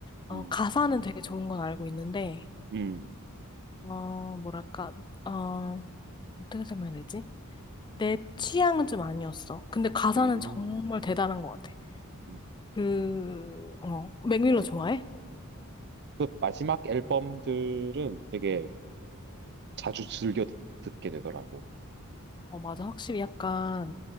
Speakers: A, on the left; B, on the right.
A: 어,
B: 음,
A: 가사는 되게 좋은 건 알고 있는데,
B: 음,
A: 어, 뭐랄까, 어, 어떻게 설명해야 되지? 내 취향은 좀 아니었어. 근데 가사는
B: 음,
A: 정말 대단한 것 같아.
B: 음.
A: 그, 어, 맥밀러
B: 맞아.
A: 좋아해?
B: 그 마지막 앨범들은 되게 자주 즐겨 듣- 듣게 되더라고.
A: 어, 맞아. 확실히 약간